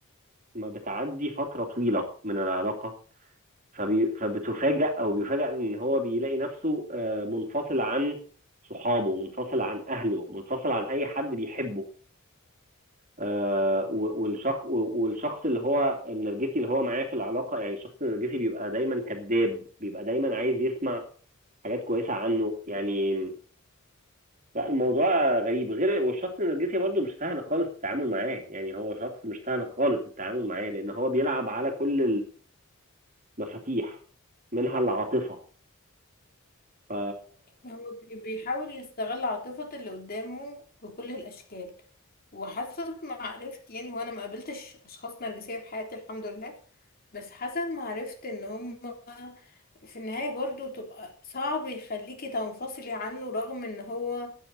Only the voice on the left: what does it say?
هو بي- بيحاول يستغل عاطفة اللي قدامه بكل الأشكال وحسب ما عرفت يعني هو أنا ما قابلتش أشخاص نرجسية في حياتي الحمد لله بس حسب ما عرفت إن هم في النهاية برضو تبقى صعب يخليكي تنفصلي عنه رغم إن هو